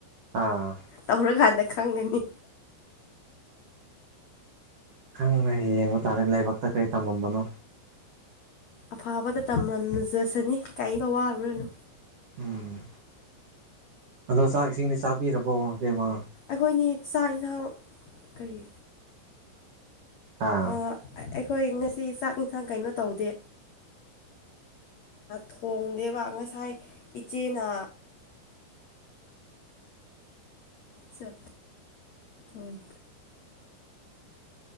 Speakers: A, on the right (about 65°); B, on the left (about 75°).
A: ꯑꯥ
B: ꯇꯧꯔꯀꯥꯟꯗ ꯈꯪꯒꯅꯤ
A: ꯈꯪꯗꯦ ꯌꯦꯡꯕ ꯇꯥꯔꯦ ꯂꯥꯏꯕꯛꯇ ꯀꯔꯤ ꯇꯝꯃꯝꯕꯅꯣ
B: ꯑꯐꯕꯗ ꯇꯝꯔꯝꯅꯖꯁꯅꯤ ꯀꯩꯝꯅꯣ ꯋꯥꯔꯨꯔꯅꯨ
A: ꯎꯝ ꯑꯗꯣ ꯆꯥꯛ ꯏꯁꯤꯡꯗꯤ ꯆꯥꯕꯤꯔꯕꯣ ꯑꯕꯦꯝꯃ
B: ꯑꯩꯈꯣꯏꯅꯤ ꯆꯥꯥꯛ ꯏꯟꯖꯥꯡ ꯀꯔꯤ
A: ꯑꯥ
B: ꯑꯣ ꯑꯩꯈꯣꯏ ꯉꯁꯤ ꯆꯥꯛ ꯏꯟꯁꯥꯡ ꯀꯩꯅꯣ ꯇꯧꯗꯦ ꯊꯣꯡꯗꯦꯕ ꯉꯁꯥꯏ ꯏꯆꯦꯅ ꯆꯠ ꯎꯝ